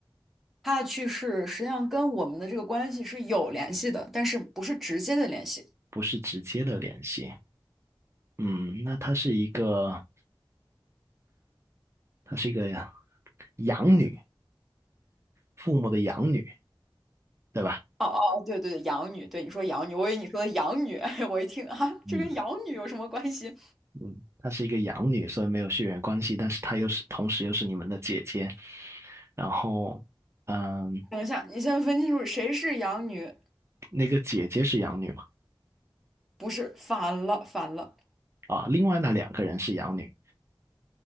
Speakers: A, in the centre; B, on the right (about 30°).
A: 她的去世实际上跟我们的这个关系是有联系的，但是不是直接的联系。
B: 不是直接的联系。嗯，那她是一个，她是一个养女，父母的养女，对吧？
A: 哦哦，哦对对对，养女，对你说养女，我以为你说的养女，<laughs> 我一听啊，
B: 嗯。
A: 这跟养女有什么关系？
B: 嗯，她是一个养女，所以没有血缘关系，但是她又是同时又是你们的姐姐。然后，嗯，
A: 等一下，你先分清楚谁是养女，
B: 那个姐姐是养女嘛？
A: 不是，反了，反了。
B: 啊，另外那两个人是养女，